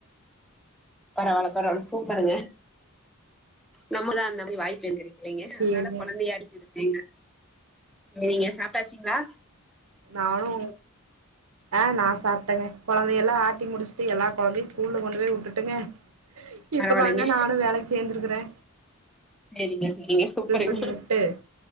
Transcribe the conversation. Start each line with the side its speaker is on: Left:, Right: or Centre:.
Centre: பரவால்ல பரவால்ல சூப்பருங்க நம்மதா அந்த மாரி வாய்ப்பெங்கலே செரிங்க
Right: சேரிங்க
Centre: அதனால கொழந்தைய அடிக்கது <unintelligible> செரிங்க சாப்டாச்சுங்ளா
Right: நானு ஆ நா சாப்ட்டேங்க கொழந்தையல்லா ஆட்டி முடிச்ட்டு எல்லா கொழந்தையு ஸ்கூல்ல கொண்டு போய் வுட்டுட்டுங்க இப்ப
Centre: பரவால்லைங்க
Right: தாங்க நானு வேலைக்கி சேந்துருக்கிறே
Centre: சேரிங்க சேரிங்க சூப்பருங்க
Right: பண்ணி வுட்டு